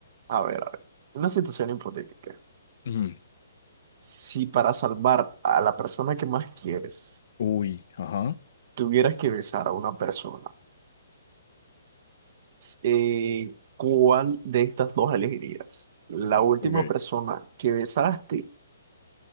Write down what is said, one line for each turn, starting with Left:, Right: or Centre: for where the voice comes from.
Right: A ver, a ver, una situación hipotética.
Left: Ujú.
Right: Si para salvar a la persona que más quieres,
Left: Uy, ajá.
Right: tuvieras que besar a una persona, eh, ¿cuál de estas dos elegirías? ¿La última
Left: Ok,
Right: persona que besaste?